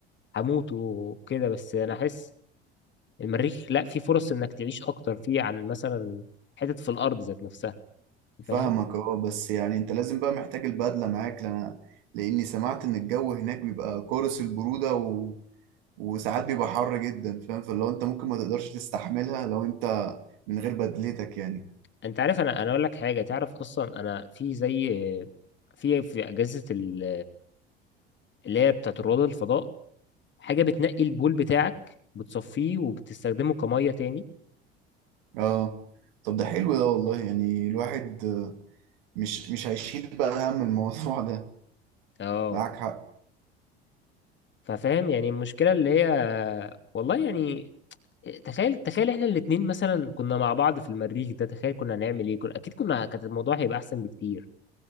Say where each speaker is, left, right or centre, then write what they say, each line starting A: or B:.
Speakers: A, on the left; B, on the right.
A: هموت وكده بس انا احس المريخ لا في فرص انك تعيش اكتر فيه عن مثلا حتت في الارض ذات نفسها
B: فاهمك
A: فاهم
B: اه بس يعني انت لازم بقى محتاج البدلة معاك لأنا لأني سمعت إن الجو هناك بيبقى قارس البرودة و... وساعات بيبقى حر جدا فاهم فلو انت ممكن ما تقدرش تستحملها لو انت من غير بدلتك يعني
A: انت عارف انا انا اقول لك حاجه تعرف اصلا انا في زي في في اجهزه ال- اللي هي بتاعت رواد الفضاء حاجه بتنقي البول بتاعك بتصفيه وبتستخدمه كميه تاني
B: اه طب ده حلو ده والله يعني الواحد مش مش هيشيل بقى هم الموضوع ده
A: اه
B: معاك حق
A: ففاهم يعني المشكله اللي هي والله يعني تخيل تخيل احنا الاتنين مثلا كنا مع بعض في المريخ ده تخيل كنا هنعمل ايه كنا اكيد كنا كانت الموضوع هيبقى احسن بكتير